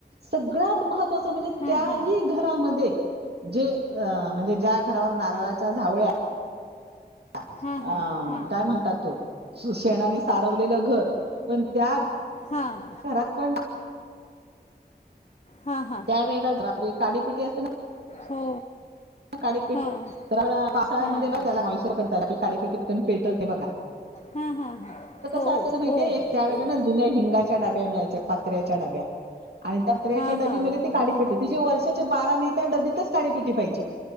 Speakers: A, on the right (about 85°); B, on the left (about 40°).
A: सगळ्यात महत्त्वाचं म्हणजे
B: हा
A: त्या
B: हा
A: ही घरामध्ये जे अ म्हणजे ज्या घरावर नारळाच्या झावळ्या अ
B: हा हा हा
A: काय म्हणतात तो, सु शेणाने सारवलेलं घर पण त्या
B: हां.
A: घरात पण
B: हा हा
A: त्यावेळेला तर अपली एक काडीपिटी असते ना
B: हो.
A: काडीपेटी
B: हां
A: तर आपण पावसाळ्यामध्ये
B: हां.
A: बघा त्याला मॉइस्चर पकडतात आपली काडीपेटी पण पेटत नाही
B: हा हा हा हो.
A: अस माहितीय
B: हो हो
A: एक त्या वेळेला
B: हो.
A: ना हिंगाच्या डब्या मिळायच्या, पात्र्याच्या डब्या आणि पत्र्याच्या
B: पात्र्याच्या हां हां
A: डबीमध्ये ती काडीपेटी
B: हां
A: तिजी वर्षाचे
B: हां हां.
A: बारा महिने त्या डबीतच काडीपेटी पाहिजे